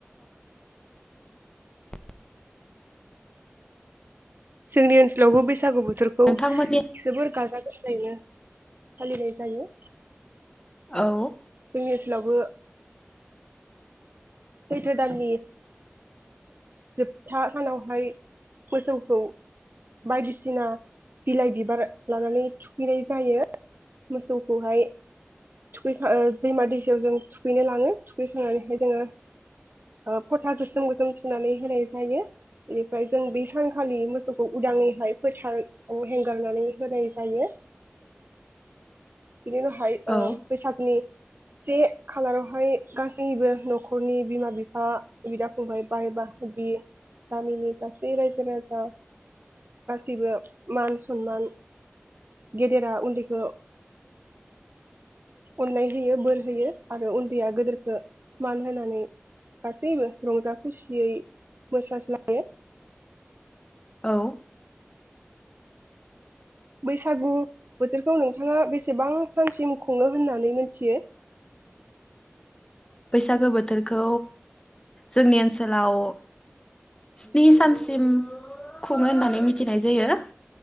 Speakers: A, on the left (about 20°); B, on the right (about 50°).
A: <unintelligible>
B: जोंनि ओनसोलावबो बैसागु बो थोरखौ
A: नोंथांमोननि
B: जोबोर गाजा गोमजा थारैनो फालिनाय जायो।
A: औ
B: जोंनि ओनसोलावबो सैथो दाननि जोबथा सानावहाय मोसौखौ बायदिसिना बिलाइ बिबार लानानै थुखैनाय जायो मोसौखौहाय थुखैखां दैमा दैसायाव जों थुखैनो लाङो थुखैखांनानैहाय जोङो फथा गोसोम गोसोम थुनानै होनाय जायो बेनिफ्राय जों बै सानखालि मोसौखौ उदाङैहाय फोथाराव हगारनानै होनाय जायो बिदिनो हाय
A: औ
B: बैसागनि से खालारावहाय गासैबो न'खरनि बिमा बिफा बिदा फंबाय बा एबा बि गामिनि गासै रायजो राजा गासैबो मान सनमान गेदेरा उन्दैखौ अननाय होयो बोर होयो आरो उन्दैया गेदेरखौ मान होनानै गासैबो रंजा खुसियै मोसालायो
A: औ
B: बैसागु बोथोरखौ नोंथाङा बेसेबां सानसिम खुङो होननानै मिथियो
A: बैसागु बोथोरखौ जोंनि ओनसोलाव स्नि सानसिम खुङो होननानै मिथिनाय जायो